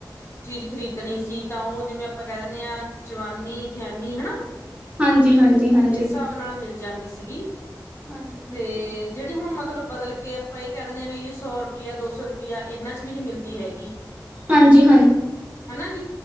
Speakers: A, on the left; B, on the right.
A: ਚੀਜ਼ ਖਰੀਦਣੀ ਸੀ ਤਾਂ ਉਹ ਜਿਵੇਂ ਆਪਾਂ ਕਹਿ ਦਿੰਦੇ ਹਾਂ ਚਵਾਨੀ ਠਿਆਨੀ ਹਨਾ
B: ਹਾਂਜੀ ਹਾਂਜੀ ਹਾਂਜੀ
A: ਇਸ ਹਿਸਾਬ ਨਾਲ ਮਿਲ ਜਾਂਦਾ ਦੀ ਸੀਗੀ,
B: ਹਾਂਜੀ
A: ਤੇ
B: ਹਾਂਜੀ
A: ਜਿਹੜੀ ਹੁਣ ਮਤਲਬ ਬਦਲ ਕੇ ਆਪਾਂ ਇਹ ਕਹਿ ਦਿੰਦੇ ਹਾਂ ਵੀ ਸੌ ਰੁਪਇਆ ਦੋ ਸੌ ਰੁਪਆ ਆ ਇਹਨਾਂ ਚ ਵੀ ਨਹੀਂ ਮਿਲਦੀ ਹੈਗੀ,
B: ਹਾਂਜੀ ਹਾਂਜੀ
A: ਹਨਾ ਜੀ